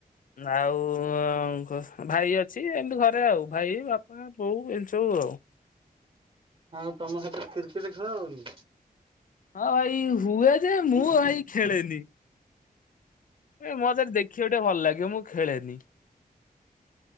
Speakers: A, on the left; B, on the right.
A: ଆଉ ଭାଇ ଅଛି ଏମତି ଘରେ ଆଉ ଭାଇ ବାପଣ ହ ବଉ ଜିନିଷ ଆଉ।
B: ହଉ ତମ ସାଥିରେ କ୍ରିକେଟ ଖେଳ ହଉଛି।
A: ହଁ ଭାଇ ହୁଏ ଯେ ମୁଁ ଭାଇ ଖେଳେନି। ଏଇ ମୋତେ ଦେଖିବା ଟିକେ ଭଲ ଲାଗେ ମୁଁ ଖେଳେନି।